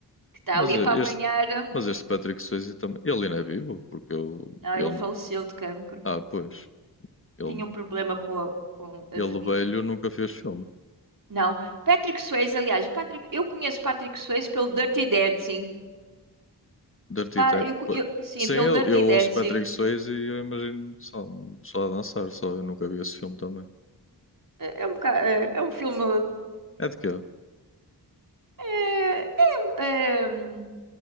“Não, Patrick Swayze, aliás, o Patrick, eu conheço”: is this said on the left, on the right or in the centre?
Right